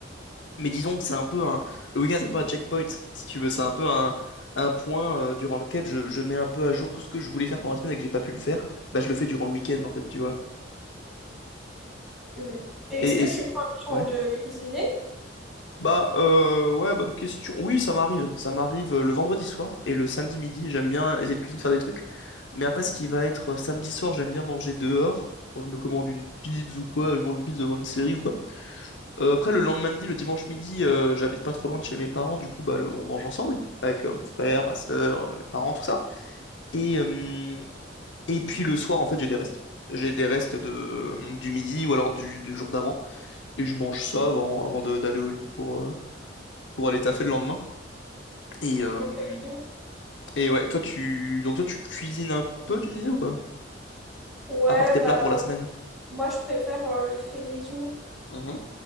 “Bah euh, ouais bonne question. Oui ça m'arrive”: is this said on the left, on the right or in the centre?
Left